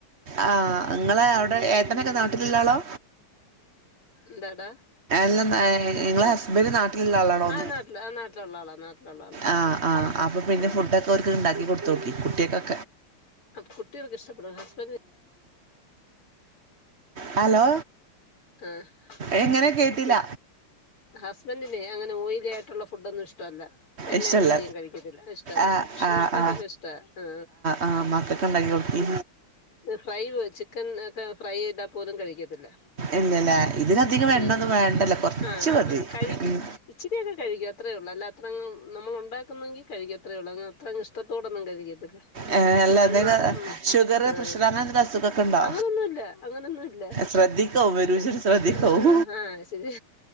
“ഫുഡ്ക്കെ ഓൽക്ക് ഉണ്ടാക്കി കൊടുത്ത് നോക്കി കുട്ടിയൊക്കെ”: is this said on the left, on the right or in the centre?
Right